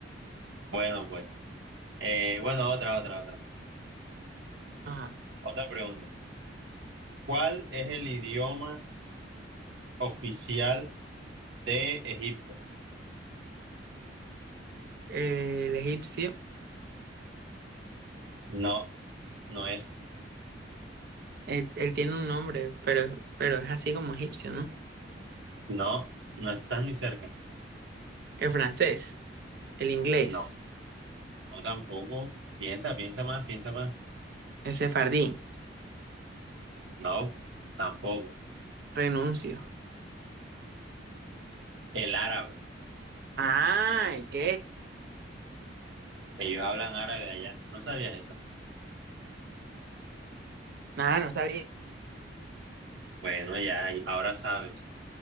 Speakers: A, on the right; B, on the right.
A: Bueno, pues. Eh, bueno, otra, otra, otra.
B: Ajá.
A: Otra pregunta. ¿Cuál es el idioma oficial de Egipto?
B: Eh, el egipcio,
A: No, no es.
B: él, él tiene un nombre, pero, pero es así como egipcio, ¿no?
A: No, no estás ni cerca.
B: El francés, el inglés,
A: No, no tampoco. Piensa, piensa más, piensa más.
B: el sefardí,
A: No, tampoco.
B: renuncio.
A: El árabe.
B: Ah, ok.
A: Ellos hablan árabe allá. ¿No sabías eso?
B: Nada, no sabía.
A: Bueno, ya, y ahora sabes.